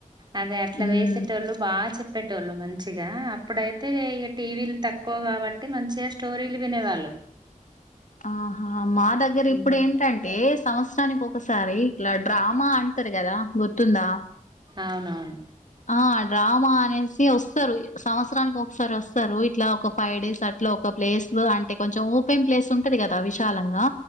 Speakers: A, on the right; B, on the left.
A: అదె అట్ల
B: ఉమ్
A: వేసేటోళ్ళు బాగ చెప్పే టోళ్ళు మంచిగా ఇక అప్పుడైతే ఇగ టీవీల్ తక్కువ కాబట్టి మంచిగా స్టోరీలు వినేవాళ్ళు
B: ఆహ మా దగ్గర ఇప్పుడు
A: ఉమ్
B: ఏంటంటే సంవత్సరానికి ఒకసారి ఇట్ల డ్రా మా అంటారు కదా గుర్తుందా
A: అవునవున్
B: ఆ డ్రామ అనేసి వస్తారు సంవత్సరానికి ఒకసారి వస్తారు ఇట్ల ఒక ఫైవ్ డేస్ అట్ల ఒక ప్లేస్ లో అంట కొంచెం ఓపెన్ ప్లేస్ ఉంటది కదా వి శాలంగా